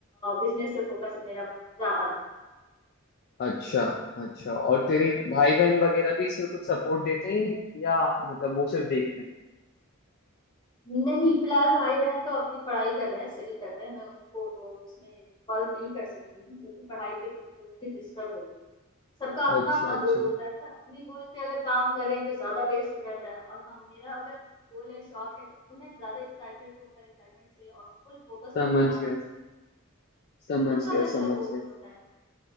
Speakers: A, on the left; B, on the left.
A: बिजनेस पे फोकस है मेरा ज्यादा
B: अच्छा अच्छा और तेरे भाई बहन वगैरह भी इसमें कुछ सपोर्ट देते हैं या मतलब वो सिर्फ देखते हैं
A: नहीं फिलहाल भाई बहन तो अपनी पढ़ाई कर रहे हैं स्टडी कर रहे हैं मैं उनको अ, इसमें इन्वॉल्व नहीं कर सकती हूँ क्योंकि पढ़ाई के लिए डिस्टर्ब होगी सबका अपना
B: अच्छा
A: अपना
B: अच्छा
A: गोल होता है अपने गोल पे अगर काम करें तो ज्यादा बेस्ट रहता है और हम मेरा अगर गोल है शौक है तो मैं ज्यादा एक्साइटेड होकर एक्साइटमेंट से और फुल फोकस्ड
B: समझ
A: होकर काम
B: गया
A: कर सकती
B: समझ
A: सबका
B: गया
A: अलग
B: समझ
A: अलग गोल
B: गया
A: होता है